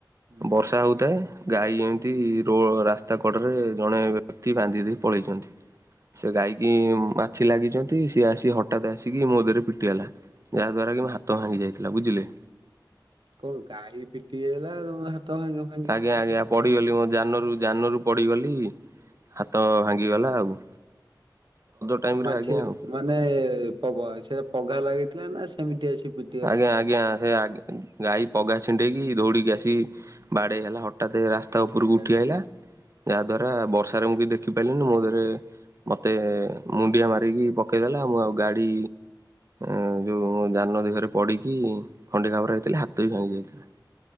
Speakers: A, on the right; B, on the right.
A: ହୁଁ
B: ବର୍ଷା ହଉଥାଏ ଗାଈ ଏମ୍ ତି ରୋ ରାସ୍ତା କଡରେ ଜଣେ ବେ କ୍ତି ବାନ୍ଧି ଦେଇ ପଳେଇଛନ୍ତି ସେ ଗାଈକି ମା ଛି ଲାଗିଛନ୍ତି ସିଏ ଆସି ହଠାତ୍ ଆସିକି ମୋ ଦେରେ ପିଟି ହେଲା ଯାହାଦ୍ଵାରା
A: ହୁଁ।
B: କି ମୋ ହା ତ ଭାଙ୍ଗି ଯାଇଥିଲା ବୁଝିଲେ
A: କଣ ଗାଈ ପିଟି ହେଇଗଲା ତମ ହାତ ଭାଙ୍ଗ
B: ଆଜ୍ଞା ଆଜ୍ଞା ପଡିଗଲି ମୋ ଯାନରୁ ଯାନରୁ ପଡିଗଲି ହାତ ଭାଙ୍ଗିଗଲା ଆଉ। ଟାଇମ ରେ
A: ମାଛିରେ
B: ଆଜ୍ଞା ଆଉ।
A: ମାନେ ପଗ ସେ ପଘା ଲାଗିଥିଲା ନା ସେମିତି ଆସି ପି
B: ଆଜ୍ଞା ଆଜ୍ଞା। ସେ ଆଗେ ଗାଈ ପଘା ଛିଣ୍ଡେଇକି ଦୌଡିକି ଆସି ବାଡେଇ ହେଲା ହଟାତେ ରାସ୍ ତା ଉପୁରୁକୁ
A: ଆଚ୍ଛା
B: ଉଠି ଆଇଲା ଯାହା ଦ୍ଵାରା ବର୍ଷାରେ ମୁଁ କି ଦେଖି ପାଇଲିନି ମୋ ଦେରେ ମତେ ମୁଣ୍ଡିଆ ମାରିକି ପକେଇଦେଲା ଆଉ ମୁଁ ଆଉ ଗାଡି ଏଁ ଯୋଉ ଯାନ ଦେହରେ ପଡିକି ଖଣ୍ଡିଆ ଖାବରା ହେଇଥିଲି ହାତ ବି ଭାଙ୍ଗି ଯାଇଥିଲା।